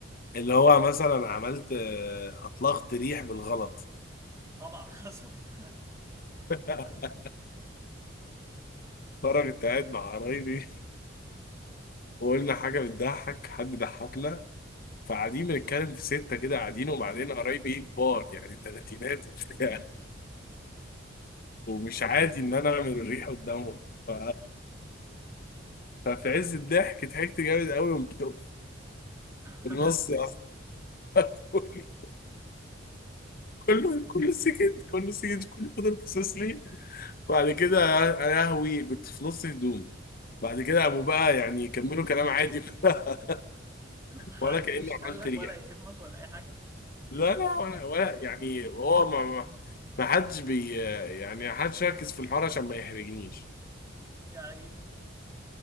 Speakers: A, on the left; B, on the right.
A: اللي هو مثلا عملت آه، اطلقت ريح بالغلط
B: طبعا حصلت
A: <laughs> مره كنت قاعد مع قرايبي وقلنا حاجه بتضحك حد ضحكنا فقاعدين بنتكلم في سته كده قاعدين وبعدين قرايبي ايه كبار يعني تلاتينات وبتاع ومش عادي ان انا اعمل الريح قدامهم ف- ففي عز الضحك ضحكت جامد قوي وقمت في
B: <laughs>
A: النص يا أخي. <laughs> كله كله سكت كله سكت كله فضل باصص لي بعد كده يا لهوي كنت في نص هدوم بعد كده قاموا بقى يعني كملوا كلام عادي <laughs>
B: محدش
A: ولا كأني
B: قال
A: عملت
B: لك
A: ريح
B: ولا يهمك ولا اي حاجه
A: لا لا ولا ولا يعني هو ما ما ما حدش بي يعني ما حدش ركز في الحوار عشان ما يحرجنيش
B: يا عيني